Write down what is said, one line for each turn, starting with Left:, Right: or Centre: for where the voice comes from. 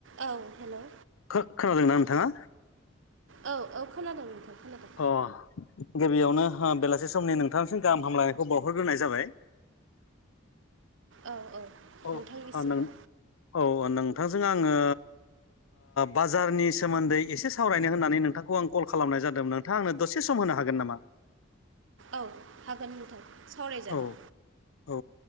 Right: औ हेलौ
Left: खो खोनादोंना नोंथाङा?
Right: औ औ खोनादों नोंथां। खोनादों
Left: अ गिबियावनो बेलासि समनि नोंथांनिसिम गाहाम हामलायनायखौ बावहरग्रोनाय जाबाय।
Right: औ औ
Left: औ
Right: नोंथांनिसिमबो
Left: अ नोंऔ नोंथांजों आङो बाजारनि सोमोन्दै एसे सावरायनो होननानै नोंथांखौ आं कल खालामनाय जादोंमोन। नोंथाङा आंनो दसे सम होनो हागोन नामा?
Right: औ हागोन नोंथां सावरायजागोन।
Left: औ औ